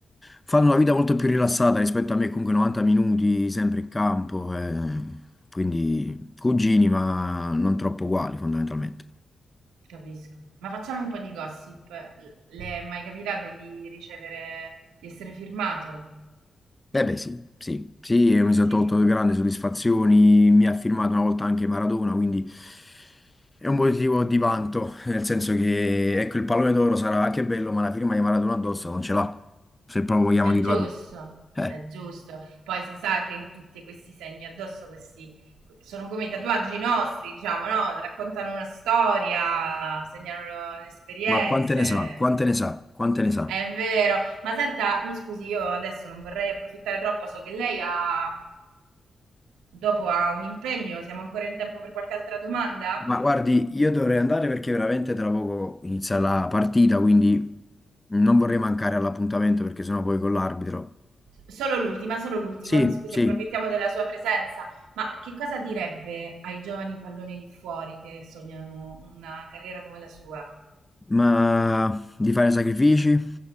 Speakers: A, on the left; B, on the right.
A: fanno una vita molto più rilassata rispetto a me, comunque 90 minuti sempre in campo, eh, quindi cugini ma non troppo uguali fondamentalmente.
B: Capisco. Ma facciamo un po' di gossip. Le è mai capitato di ricevere, di essere firmato?
A: Eh beh sì, sì, sì, e mi sono
B: Sì.
A: tolto grandi soddisfazioni, mi ha firmato una volta anche Maradona, quindi... È un motivo di vanto, nel senso che ecco, il pallone d'oro sarà anche bello, ma la firma di Maradona addosso non ce l'ha, se proprio vogliamo
B: È
A: dirla
B: giusto,
A: tu. Eh,
B: è giusto. Poi si sa che tutti questi segni addosso, questi sono come i tatuaggi nostri, diciamo, no? Raccontano una storia, segnano le esperienze.
A: ma quante ne sa, quante ne sa, quante ne sa.
B: È vero. Ma senta, mi scusi, io adesso non vorrei approfittare troppo, so che lei ha, dopo ha un impegno, siamo ancora in tempo per qualche altra domanda?
A: Ma guardi, io dovrei andare perché veramente tra poco inizia la partita, quindi non vorrei mancare all'appuntamento perché sennò poi con l'arbitro.
B: Solo l'ultima, solo l'ultima,
A: Sì,
B: mi scusi,
A: sì.
B: approfittiamo della sua presenza, ma che cosa direbbe ai giovani palloni lì fuori che sognano una carriera come la sua?
A: Ma di fare sacrifici,